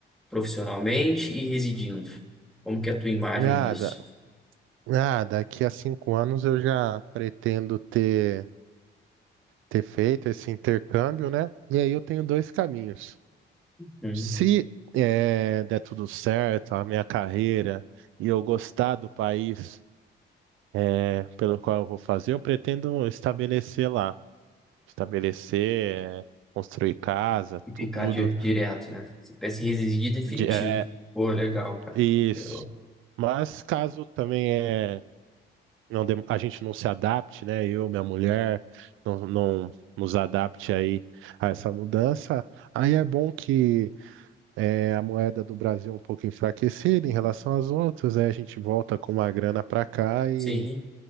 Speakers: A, in the centre; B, on the right.
A: profissionalmente e residindo? Como que é a tua imagem
B: nada,
A: disso?
B: nada, daqui a cinco anos eu já pretendo ter. ter feito esse intercâmbio, né? E aí eu tenho dois caminhos.
A: Hum.
B: Se eh, der tudo certo, a minha carreira e eu gostar do país eh, pelo qual eu vou fazer, eu pretendo estabelecer lá, estabelecer, eh, construir casa,
A: E ficar
B: tudo,
A: di- direto, né? Você pensa em residir definitivo.
B: de, eh,
A: Pô, legal, cara.
B: isso.
A: Legal.
B: Mas caso também é não dem- a gente não se adapte, né? Eu, minha mulher, não, não nos adapte aí a essa mudança, aí é bom que É, a moeda do Brasil é um pouco enfraquecida em relação às outras, aí a gente volta com uma grana para cá e,
A: Sim,